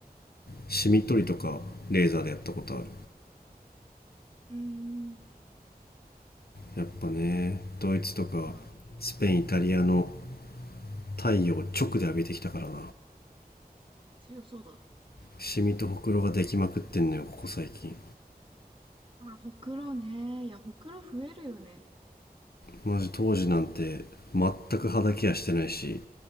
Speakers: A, on the left; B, on the right.
A: シミ取りとかレーザーでやったことある
B: うーん。
A: やっぱねドイツとかスペインイタリアの
B: まあ、
A: 太陽を直で浴びてきたからな
B: 強そうだ。
A: シミとほくろができまくってんのよここ最近
B: あ、ほくろね。いや、ほくろ増えるよね。
A: マジ当時なんて全く肌ケアしてないし